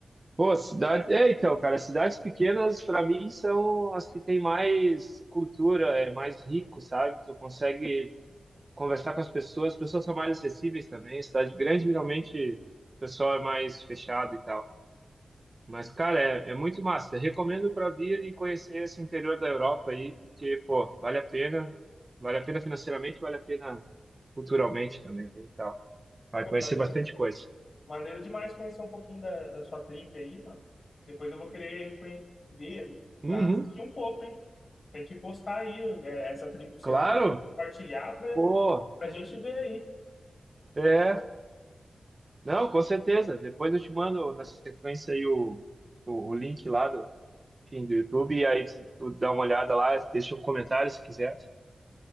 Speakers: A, on the right; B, on the left.
A: Pô, cidade. É, então, cara, cidades pequenas, para mim, são as que têm mais cultura, é mais rico, sabe? Tu consegue conversar com as pessoas, as pessoas são mais acessíveis também. Cidade grande, geralmente, o pessoal é mais fechado e tal. Mas, cara, é, é muito massa. Recomendo para vir e conhecer esse interior da Europa aí, porque, pô, vale a pena. Vale a pena financeiramente, vale a pena culturalmente também e tal. Vai
B: Pô,
A: conhecer
B: maneiro,
A: bastante coisa.
B: maneiro demais conhecer um pouquinho da, da sua trip aí, mano. Depois eu vou querer conhe- ver,
A: Uhum,
B: assistir um pouco, hein? Tem que postar aí é, essa trip que você
A: claro,
B: fez, compartilhar pra,
A: pô,
B: pra gente ver aí.
A: é. Não, com certeza. Depois eu te mando na sequência aí o, o, o link lá do, enfim, do YouTube, e aí tu, tu dá uma olhada lá, deixa um comentário se quiser,